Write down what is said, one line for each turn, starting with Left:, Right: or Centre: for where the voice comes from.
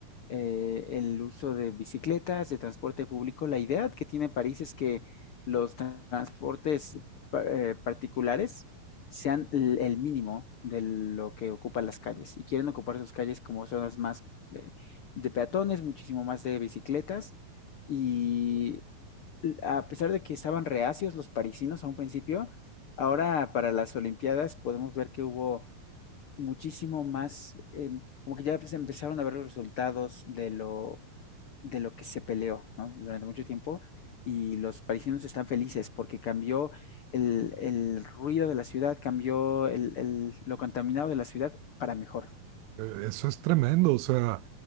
Left: eh, el uso de bicicletas, de transporte público. La idea que tiene París es que los transportes eh, particulares sean el, el mínimo de lo que ocupan las calles y quieren ocupar sus calles como zonas más eh, de peatones, muchísimo más de bicicletas y a pesar de que estaban reacios los parisinos a un principio, ahora para las Olimpiadas podemos ver que hubo muchísimo más, em, como que ya se empezaron a ver los resultados de lo, de lo que se peleó, ¿no? Durante mucho tiempo y los parisinos están felices porque cambió el, el ruido de la ciudad, cambió el- el- lo contaminado de la ciudad para mejor.
Right: Eh, Eso es tremendo, o sea,